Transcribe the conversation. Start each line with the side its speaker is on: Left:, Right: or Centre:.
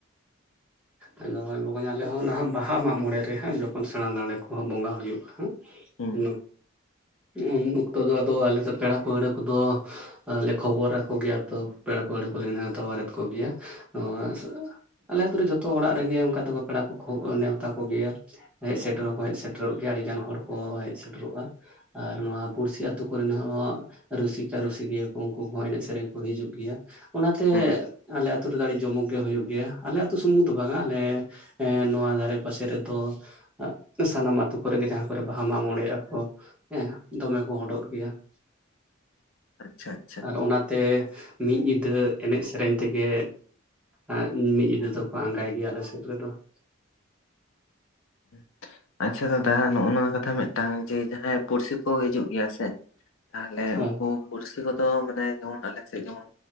Left: <unintelligible>
Centre: ᱟᱫᱚ ᱵᱚᱜᱚᱧ ᱟᱞᱮ ᱦᱚᱸ ᱱᱟᱦᱟᱜ ᱵᱟᱦᱟ ᱢᱟᱜ ᱢᱚᱬᱮ ᱨᱮ ᱦᱟᱸᱜ ᱡᱚᱠᱷᱚᱱ ᱥᱮᱬᱟ ᱫᱟᱲᱮ ᱠᱚᱦᱚᱸ ᱵᱚᱸᱜᱟ ᱦᱩᱭᱩᱜᱼᱟ ᱦᱟᱸᱼᱼ
Left: ᱦᱩᱸ
Centre: ᱚᱱᱟ <inaudible> ᱩᱱ ᱚᱠᱛᱚ ᱫᱚ ᱟᱫᱚ ᱟᱞᱮᱫᱚ ᱯᱮᱲᱟ ᱯᱟᱹᱲᱦᱟᱹ ᱠᱚᱫᱚᱞᱮ ᱠᱷᱚᱵᱚᱨᱟᱼᱼ ᱠᱚᱜᱮᱭᱟ ᱛᱚ ᱯᱮᱲᱟ ᱯᱟᱹᱲᱦᱟᱹ ᱠᱚᱞᱮ ᱱᱮᱣᱛᱟ ᱵᱟᱲᱟ ᱠᱚᱜᱮᱭᱟ ᱱᱚᱣᱟ᱾ ᱟᱞᱮ ᱟᱹᱛᱩ ᱨᱮ ᱡᱚᱛᱚ ᱚᱲᱟᱜ ᱜᱮ ᱚᱝᱠᱟ ᱫᱚ ᱯᱮᱲᱟ ᱠᱚ ᱱᱮᱣᱛᱟ ᱠᱚᱜᱮᱭᱟ ᱾ ᱦᱮᱡ ᱥᱮᱴᱮᱨ ᱦᱚᱸᱠᱚ ᱦᱮᱡ ᱥᱮᱴᱮᱨᱚᱜ ᱜᱮᱭᱟ ᱟᱹᱰᱤᱜᱟᱱ ᱦᱚᱲ ᱠᱚ ᱦᱮᱡ ᱥᱮᱴᱮᱨᱚᱜᱼᱟ ᱾ ᱟᱨ ᱱᱚᱶᱟ ᱯᱩᱲᱥᱤ ᱟᱹᱛᱩ ᱠᱚᱨᱮᱱ ᱦᱚᱸ ᱨᱩᱥᱤᱠᱟ ᱨᱩᱥᱤᱠᱤᱭᱟᱹ ᱠᱚ ᱩᱱᱠᱩ ᱠᱚ ᱮᱱᱮᱡ ᱥᱮ ᱥᱮᱨᱮᱧ ᱠᱚ ᱦᱤᱡᱩᱜ ᱜᱮᱭᱟ ᱚᱱᱟᱛᱮ
Left: ᱦᱩᱸ
Centre: ᱟᱞᱮ ᱟᱹᱛᱩ ᱫᱟᱲᱮ ᱡᱚᱢᱚᱠ ᱜᱮ ᱦᱩᱭᱩᱜ ᱜᱮᱭᱟ ᱟᱞᱮ ᱟᱹᱛᱩ ᱥᱩᱢᱩᱝ ᱫᱚ ᱵᱟᱝᱼᱟ ᱟᱞᱮ ᱮᱸ ᱱᱚᱣᱟ ᱫᱷᱟᱨᱮ ᱯᱟᱥᱮ ᱨᱮᱫᱚ <inaudible> ᱥᱟᱱᱟᱢ ᱟᱹᱛᱩ ᱠᱚᱨᱮᱜᱮ ᱡᱟᱦᱟᱸ ᱠᱚᱨᱮ ᱵᱟᱦᱟ ᱢᱚᱜᱽ ᱢᱚᱬᱮᱚᱜ ᱟᱠᱚ ᱾ ᱦᱮᱸ ᱫᱚᱢᱮ ᱠᱚ ᱦᱚᱰᱚᱜ ᱜᱮᱭᱟ ᱾
Left: ᱟᱪᱷᱟ ᱟᱪᱷᱟ ᱾
Centre: ᱟᱨ ᱚᱱᱟᱛᱮ ᱢᱤᱫ ᱧᱤᱫᱟᱹ ᱮᱱᱮᱡ ᱥᱮᱨᱮᱧ ᱛᱮᱜᱮ ᱟᱜ ᱢᱤᱫ ᱧᱤᱫᱟᱹ ᱫᱚᱠᱚ ᱟᱸᱜᱟᱭ ᱜᱮᱭᱟ ᱟᱞᱮ ᱥᱮᱫ ᱨᱮᱫᱚ ᱾
Left: <inaudible> ᱟᱪᱷᱟ ᱫᱟᱫᱟ ᱱᱚᱜ ᱱᱚᱣᱟ ᱠᱟᱛᱷᱟ ᱢᱤᱫᱴᱟᱝ ᱡᱮ ᱡᱟᱦᱟᱸᱭ ᱯᱩᱲᱥᱤ ᱠᱚ ᱦᱤᱡᱩᱜ ᱜᱮᱭᱟ ᱥᱮ ᱛᱟᱦᱞᱮ
Centre: ᱦᱮᱸ
Left: ᱩᱱᱠᱩ ᱯᱩᱲᱥᱤ ᱠᱚᱫᱚ ᱢᱟᱱᱮ ᱡᱮᱢᱚᱱ ᱟᱞᱮᱥᱮᱫ ᱡᱮᱢᱚᱱ